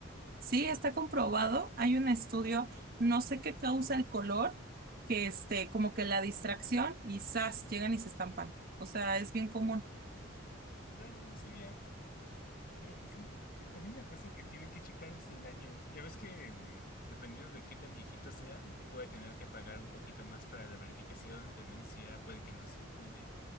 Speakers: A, on the right (about 45°); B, on the left (about 45°).
A: Sí, está comprobado. Hay un estudio, no sé qué causa el color, que este, como que la distracción y zas, llegan y se estampan. O sea, es bien común.
B: Vale, no sabía, pero pues sí. También una cosa que tienen que checar es el daño. Ya ves que, mm, dependiendo de qué tan viejito sea, puede tener que pagar un poquito más para la verificación, tenencia, puede que no circule